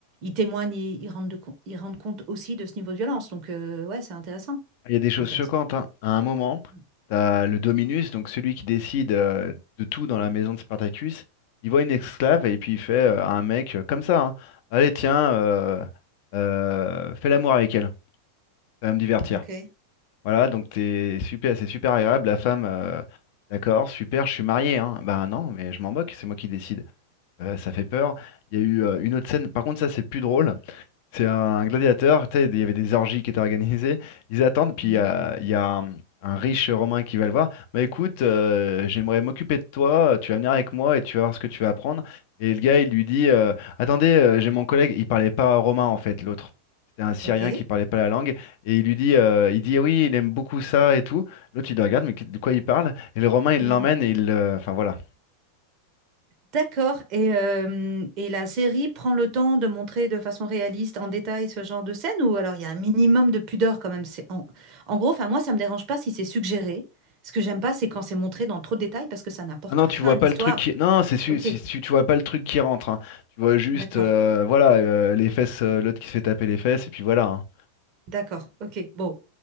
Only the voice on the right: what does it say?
témoignent, ils ils rendent, de com- ils rendent compte aussi de ce niveau de violence. Donc, euh, ouais, c'est intéressant.
Intéressant.
Mm.
Ok.
Mm-hmm.
Ok.
Hmm.
D'accord. Et, euh, et la série prend le temps de montrer de façon réaliste, en détail, ce genre de scène ou alors il y a un minimum de pudeur quand même. C'est en... en gros, enfin moi, ça me dérange pas si c'est suggéré. Ce que j'aime pas, c'est quand c'est montré dans trop de détails parce que ça n'apporte
rien
à
l'histoire.
Ok.
D'accord.
D'accord. Ok. Bon,